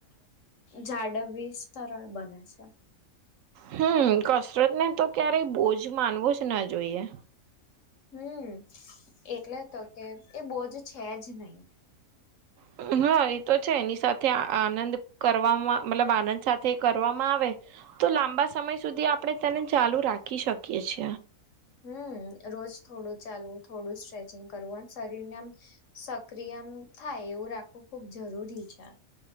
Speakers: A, on the left; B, on the right.
A: જાડવવી સરળ બને છે.
B: હમ્મ કસરત ને તો ક્યારેય બોજ માનવું જ ના જોઈએ.
A: હમ્મ એટલે તો કે એ બોજ છે જ નહી.
B: <unintelligible> હા એ તો છે એની સાથે આનંદ કરવામાં મતલબ આનંદ સાથે કરવામાં આવે. તો લાંબા સમય સુધી આપણે તેને ચાલુ રાખી શકીએ છીએ.
A: હમ રોજ થોડો. ચાલવું થોડું સ્ટ્રેચિંગ કરવું શરીરને આમ સક્રિય થાય એવું રાખવું ખબ જ. જરૂરી છે.